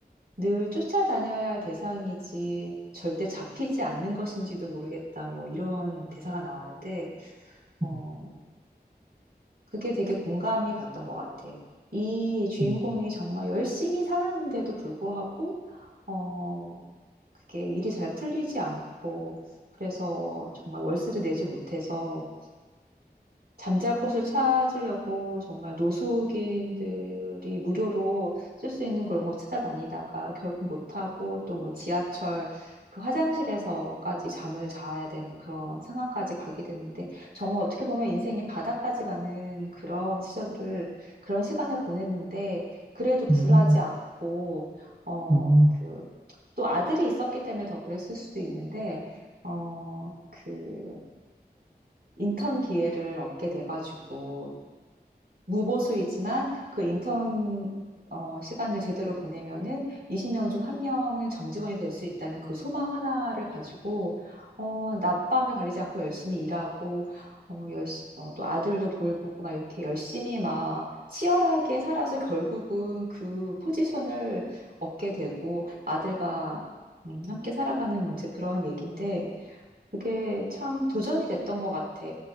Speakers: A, on the right (about 70°); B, on the right (about 25°).
A: 늘 쫓아다녀야 할 대상이지 절대 잡히지 않는 것인지도 모르겠다. 뭐 이런 대사가 나오는데, 어,
B: 음,
A: 그게 되게 공감이 갔던 것 같아. 이 주인공이
B: 음,
A: 정말 열심히 살았는데도 불구하고, 어, 그게 일이 잘 풀리지 않고 그래서 정말 월세도 내지 못해서 잠잘 곳을 찾으려고 정말 노숙인들이 무료로 쓸 수 있는 그런 걸 찾아다니다가 결국 못하고 또 뭐 지하철 그 화장실에서까지 잠을 자야 되는 그런 상황까지 가게 되는데 정말 어떻게 보면 인생의 바닥까지 가는 그런 시절을 들 그런 시간을 보냈는데 그래도 굴하지
B: 음,
A: 않고 어,
B: 음, 음,
A: 그 또 아들이 있었기 때문에 더 그랬을 수도 있는데 어, 그 인턴 기회를 얻게 돼가지고 무보수이지만 그 인턴 어, 시간을 제대로 보내면은 20명 중 한 명은 정직원이 될 수 있다는 그 소망 하나를 가지고 어, 낮밤을 가리지 않고 열심히 일하고 어, 열시, 어, 또 아들도 돌보고 막 이렇게 열심히 막 치열하게 살아서 결국은 그 포지션을 얻게 되고 아들과 음, 함께 살아가는 문제 그런 얘기인데 그게 참 도전이 됐던 것 같아.